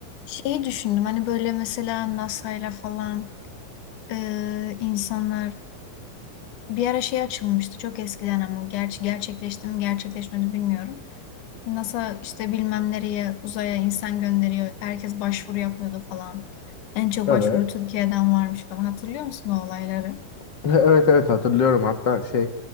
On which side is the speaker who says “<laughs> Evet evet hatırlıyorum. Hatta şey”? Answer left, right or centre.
Left